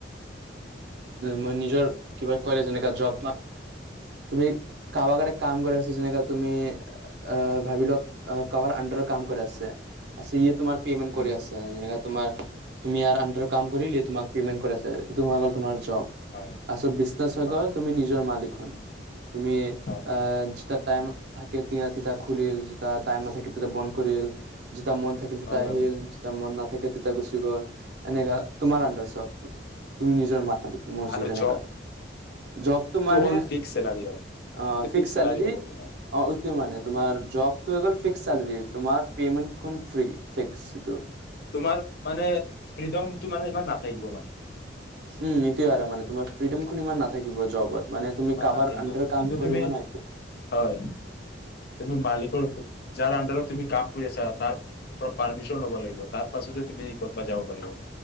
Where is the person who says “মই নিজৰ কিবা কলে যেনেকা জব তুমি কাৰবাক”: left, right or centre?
Right